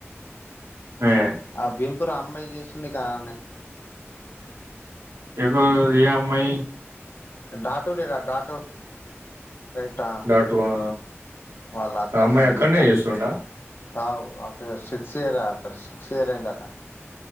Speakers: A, on the right; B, on the left.
A: ఏ
B: ఆ భింపురు అమ్మాయి చేసింది కాని
A: ఎకు ఏమ్మయి
B: డాటూల ఇరా డాటుూ రైట్
A: డాటు ఆ
B: వాళ్ళ అక్క
A: అమ్మాయి
B: సంగీత
A: అక్కడనే చేస్తుందా
B: అవక సిక్స్ ఇయరా ఇక్కడ సిక్స్ ఇయర్ అయిందట